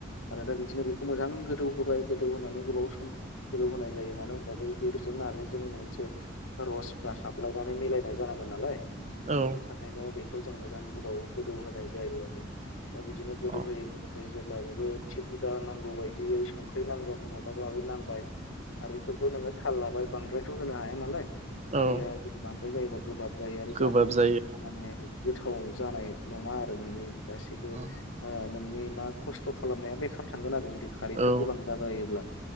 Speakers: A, on the left (about 80°); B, on the right (about 35°).
A: आरो दा बिदिनो बेखौ मोजां गोदौ होबाय गोदौ होनानै गोबाव सम गोदौ होनाय जायो मानो होनबा बे बेदरजों खारैजों मोनसे रसफ्रा हाबलायनानै मिलायनाय जानांगोन नालाय।
B: औ
A: बेनि थाखायनो बे खौ जों मोजां गोबाव गोदौ होनाय जायो आरो दा बिदिनो गोदौ
B: अ
A: होयै गोदौ होयै जेब्ला बेबो थिग दा नांगौ बायदियै संख्रि नांगोन माबा माबि नांबाय खारैफोरखौ नोङो थाल लाबाय बांद्रायथ' होनो हाया नालाय। खारैआ
B: औ
A: जुदि बांद्राय जायोबा गोबाब जायो आरो
B: गोबाब
A: जानो
B: जायो
A: माने गोथाव जानाय नङा आरो नोंनि गासैबो
B: उम
A: ओ नोंनि मा खस्थ खालामनाया बेखार थांगोन आरो जुदि खारैफ्रा
B: औ
A: गोबां जाद्रायोब्ला